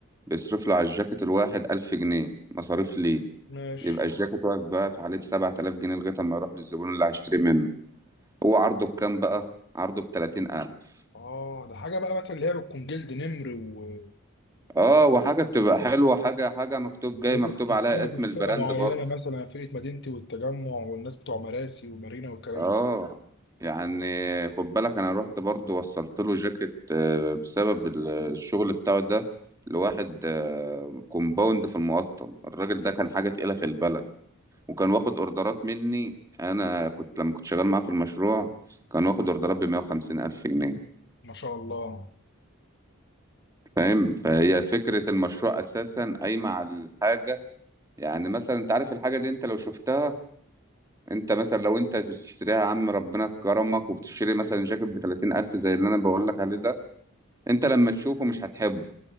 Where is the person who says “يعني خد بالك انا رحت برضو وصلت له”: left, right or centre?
Right